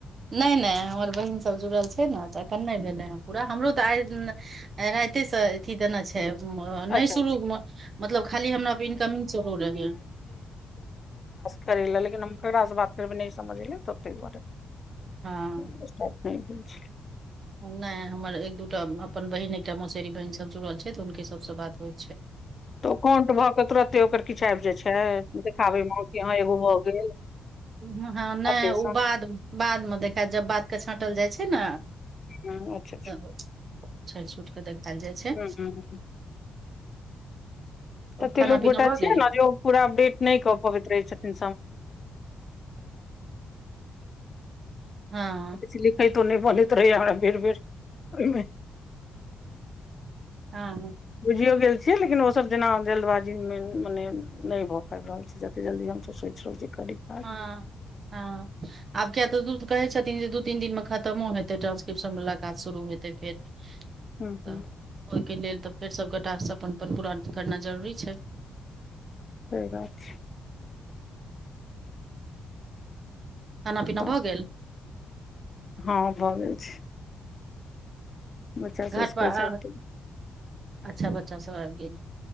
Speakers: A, on the right; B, on the left.
A: नहि नहि हमर बहिन सभ जुड़ल छै ने तऽ एखन नहि भेलै हे पूरा हमरो तऽ आइ राआते स अय अथी देना छै नहि
B: अच्छा अच्छा
A: शुरू मतलब खाली हमराप इनकमिंग सेहो रह
B: कर लेकिन हमास बात भी नहि समझले ततेक ब
A: हँ
B: <unintelligible>
A: नहि हमर एक दूटा अपन बहिन एकटा मौसेरी बहिन सब जुड़ल छै हुनके सबसँ बात होय
B: तऽ ओ काउंट भऽ के तुरते ओकर किछु आबि जाय छै देखाबे मे कि यहाँ एगो भऽ गेल
A: हँ नहि
B: ऑपरेशन
A: ओ बाद बादमे देखाय जब बातके छाँटल जाइ छै ने
B: हँ अच्छा अच्छा
A: तब छटि सुटके देखायल जाइ छै
B: ह
A: <inaudible>
B: ततेक लोकग
A: पीना
B: गोटा
A: भऽ
B: छियै
A: गेल
B: ने जे पूरा अपडेट नहि कऽ पबैत रहै छथि
A: हँ
B: <unintelligible> क तो नहि बोल हमरा भीर भर ओहि
A: हँ हँ
B: बुझियओ ग गेल छिय लेकिन ओ सबब जेना जल्दबाजीमे मने नहि भऽ पाबि रहल छै जतेक जल्दी हमसब सोचि रहल छीै करी क
A: ह ह आब किया तऽ दू कहे छथिन जे दू तीन दिन में खत्मो हेते ड ्रिप्शन मुलाकात शुरू हेतै फेर तऽ
B: हूँ हूँ
A: ओहिके लेल तऽ फेर सभ गोटँ अपन अपन पूरा करना जरूरी छै
B: सही बात छै
A: खाना पीना
B: तऽ
A: भऽ गेल
B: हँ भऽ गेल छै बच्चा सब
A: घार
B: स्कुल
A: पर आ
B: से एतै
A: अच्छा बच्चा सब आब गेल